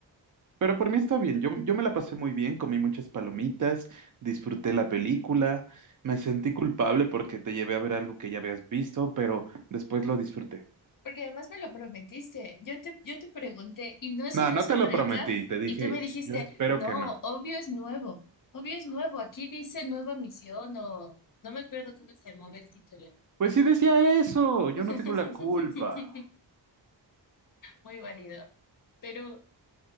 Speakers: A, on the right; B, on the left.
A: Pero por mí está bien, yo, yo me la pasé muy bien, comí muchas palomitas, disfruté la película, me sentí culpable porque te llevé a ver algo que ya habías visto, pero después lo disfruté.
B: Porque además me lo prometiste. Yo te, yo te pregunté, y no solo
A: No, no
B: es
A: te
B: un
A: lo
B: recap,
A: prometí, te dije,
B: y tú me dijiste,
A: yo espero
B: no,
A: que no.
B: obvio es nuevo. Obvio es nuevo. Aquí dice nueva misión o no me acuerdo cómo se llamaba el título.
A: Pues sí decía eso, yo
B: <laughs>
A: no tengo la culpa.
B: Muy válido. Pero,